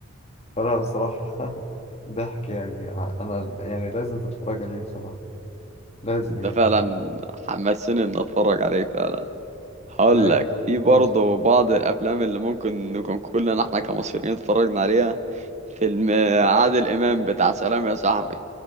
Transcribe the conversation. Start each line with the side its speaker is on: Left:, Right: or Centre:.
Left: فلا بصراحة <laughs> ضحك يعني أنا يعني لازم تتفرج عليه بصراحة لازم
Right: ده
Left: يعني
Right: فعلا حمسني ان اتفرج عليه فعلا هقول
Left: أيوه
Right: لك في برضه
Left: قول لي
Right: بعض الافلام اللي ممكن نكون كلنا احنا كمصريين اتفرجنا عليها فيلم عادل امام بتاع سلام يا صاحبي